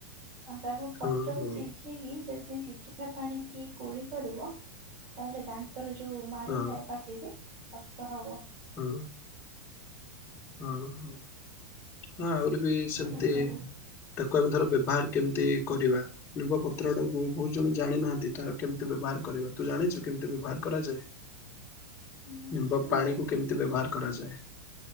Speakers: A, on the right; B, on the left.
A: ଆଉ ତାର
B: ହଁ
A: ପତ୍ରକୁ
B: ହଁ
A: ସିଝେ ଇକି ଯଦି ସିଝା ପାଣି କି କୁଳି କରିବ। ତାହେଲେ ଦାନ୍ତରେ ଯୋଉ ମାଢି
B: ହଁ
A: ଥାଏ ପାଟିରେ ଶକ୍ତ ହବ।
B: ହୁଁ। ଆଉ ହଉ ହଁ ଆହୁରି ବି ସେମିତି।
A: ଏସବୁ।
B: ତାକୁ ଆମେ ଧର ବ୍ୟବହାର କେମିତି କରିବା ନିମ୍ବ ପତ୍ର ଟାକୁ ବହୁତ ଜଣ ଜାଣିନାହାନ୍ତି। ତାର କେମିତି ବ୍ୟବହାର କରିବା ତୁ ଜାଣିଛୁ କେମିତି ବ୍ୟବହାର କରାଯାଏ।
A: ହୁଁ
B: ନିମ୍ବ
A: ହଁ
B: ପାଣିକୁ କେମିତି ବ୍ୟବହାର କରାଯାଏ।